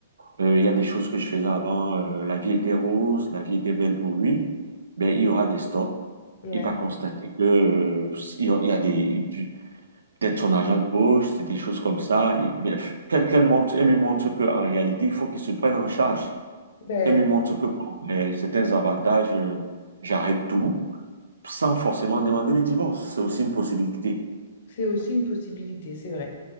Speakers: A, on the right; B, on the left.
A: Euh, Il y a des choses que je faisais avant. euh, la vie était rose, la vie était belle pour lui. Ben, il y aura des stops.
B: Ouais.
A: Il va constater que, euh, il y a il y a des, peut-être son argent de poche, c'est des choses comme ça. Il- bien, Qu'elle qu'elle montre, elle lui montre qu'en réalité, il faut qu'il se prenne en charge.
B: Ben,
A: Qu'elle lui montre que bon, ben, certains avantages, euh, j'arrête tout, sans forcément demander le divorce. C'est aussi une possibilité.
B: c'est aussi une possibilité, c'est vrai.